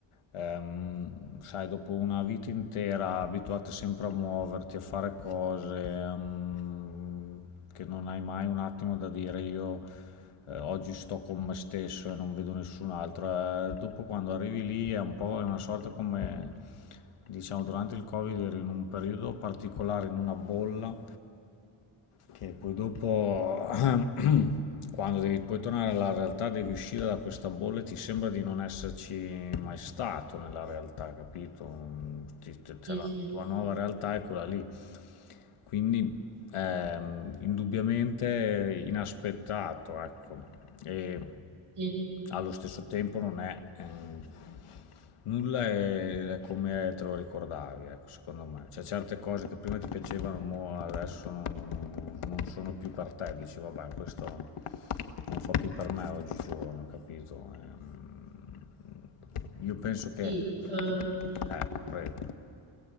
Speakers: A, on the left (about 80°); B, on the right (about 80°).
A: ehm, sai, dopo una vita intera abituata sempre a muoverti, a fare cose, ehm, che non hai mai un attimo da dire io, eh, oggi sto con me stesso e non vedo nessun altro. Eh, dopo quando arrivi lì è un po', è una sorta come, diciamo, durante il Covid ero in un periodo particolare, in una bolla che poi dopo, <clears throat> <coughs> quando devi poi tornare alla realtà, devi uscire da questa bolla e ti sembra di non esserci mai stato nella realtà, capito? Ti- ti- Cioè,
B: Sì,
A: la
B: sì,
A: tua nuova realtà è quella lì. Quindi Ehm, indubbiamente inaspettato, ecco, e
B: sì, sì.
A: allo stesso tempo non è ehm, nulla è, è come te lo ricordavi, ecco, secondo me. C'è certe cose che prima ti piacevano, mo adesso non, non- non sono più per te, dici vabbè, questo non fa più per me oggigiorno, capito? Ehm, io penso che...
B: sì, eh,
A: Eh, prego,